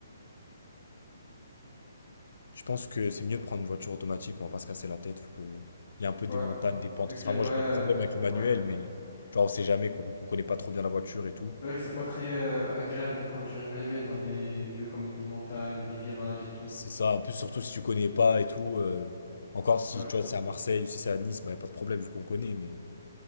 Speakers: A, on the left (about 75°); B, on the left (about 55°).
A: Je pense que c'est mieux de prendre une voiture automatique, on va pas se casser la tête, faut que. Il y a un peu
B: Ouais.
A: des montagnes, des pentes,
B: Ok,
A: etc.
B: ouais,
A: Moi,
B: ouais, ouais,
A: j'ai pas de problème avec le
B: c'est
A: manuel,
B: vrai.
A: mais tu vois, on sait jamais, quoi, vu qu'on connaît pas trop bien la voiture et tout.
B: C'est vrai que c'est pas très euh, agréable de conduire une manuelle dans des lieux comme une des montagnes, où il y a des virages et tout.
A: C'est ça, en plus, surtout si tu connais pas et tout. euh, encore si
B: Ouais.
A: tu vois, c'est à Marseille ou si c'est à Nice, bah, y a pas de problème vu qu'on connaît, mais